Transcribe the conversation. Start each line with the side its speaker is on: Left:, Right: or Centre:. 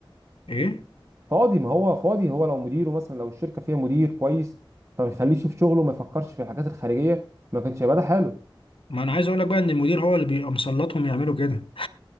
Left: ايه
Right: فاضي ما هو فاضي هو لو مديره مثلا لو الشركه فيها مدير كويس فما يخليش في شغله ما يفكرش في الحاجات الخارجيه ما كانش هيبقى ده حاله
Left: ما انا عايز اقول لك بقى ان المدير هو اللي بيبقى مسلطهم يعملوا كده